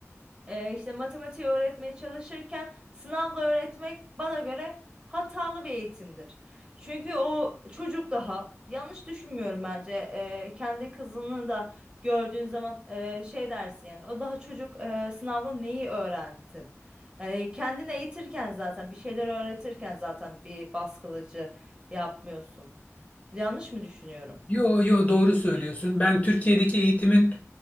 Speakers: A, on the right; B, on the left.
A: ee, işte matematiği öğretmeye çalışırken sınavla öğretmek bana göre hatalı bir eğitimdir. Çünkü o çocuk daha yanlış düşünmüyorum bence. Ee, kendi kızını da gördüğün zaman e, şey dersin yani o daha çocuk e, sınavla neyi öğrensin? Yani kendini eğitirken zaten bir şeyler öğretirken zaten bir baskılıcı yapmıyorsun. Yanlış mı düşünüyorum?
B: Yo yo doğru söylüyorsun. Ben Türkiye'deki eğitimin